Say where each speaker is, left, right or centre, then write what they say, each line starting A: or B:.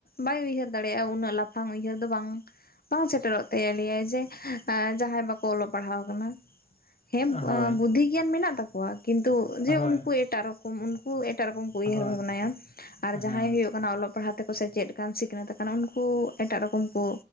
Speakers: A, on the left; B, on the left.
A: ᱵᱟᱭ ᱩᱭᱦᱟᱹᱨ ᱫᱟᱲᱮᱭᱟᱜᱼᱟ ᱩᱱᱟᱹᱜ ᱞᱟᱯᱷᱟᱝ ᱩᱭᱦᱟᱹᱨ ᱫᱚ ᱵᱟᱝ ᱵᱟᱝ ᱥᱮᱴᱮᱨᱚᱜ ᱛᱟᱭᱟ ᱞᱮᱭᱟᱭ ᱡᱮ ᱡᱟᱦᱟᱸᱭ ᱵᱟᱠᱚ ᱚᱞᱚᱜ ᱯᱟᱲᱦᱟᱣ ᱠᱟᱱᱟ᱾ ᱦᱮᱸ
B: ᱦᱳᱭ,
A: ᱵᱩᱫᱽᱫᱷᱤ ᱜᱮᱭᱟᱱ ᱢᱮᱱᱟᱜ ᱛᱟᱠᱚᱣᱟ ᱠᱤᱱᱛᱩ ᱡᱮ
B: ᱦᱳᱭ,
A: ᱩᱱᱠᱩ ᱮᱴᱟᱜ ᱨᱚᱠ ᱩᱱᱠᱩ ᱮᱴᱟᱜ ᱨᱚᱠᱚᱢ ᱠᱚ ᱩᱭᱦᱟᱹᱨ
B: ᱦᱳᱭ,
A: ᱵᱷᱟᱵᱱᱟᱭᱟ ᱟᱨ
B: ᱦᱮᱸ,
A: ᱡᱟᱦᱟᱸᱭ ᱦᱩᱭᱩᱜ ᱚᱞᱚᱜ ᱯᱟᱲᱦᱟᱜ ᱛᱮᱠᱚ ᱥᱮ ᱪᱮᱫ ᱠᱟᱱ ᱥᱤᱠᱷᱱᱟᱹᱛ ᱠᱟᱱᱟ ᱩᱱᱠᱩ ᱮᱴᱟᱜ ᱨᱚᱠᱚᱢ ᱠᱚ